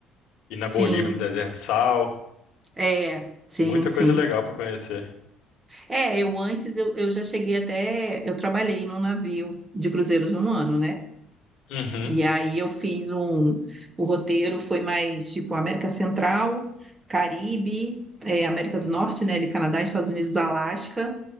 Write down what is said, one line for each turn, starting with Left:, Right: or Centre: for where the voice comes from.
Left: ir na
Right: Sim,
Left: Bolívia, no Deserto de Sal.
Right: é, sim,
Left: Muita
Right: sim.
Left: coisa legal pra conhecer.
Right: É, eu antes eu, eu já cheguei até, eu trabalhei num navio de cruzeiros um ano, né?
Left: Uhum,
Right: E aí eu fiz um, o roteiro foi mais tipo América Central, Caribe, é, América do Norte, né? Ali Canadá, Estados Unidos, Alasca.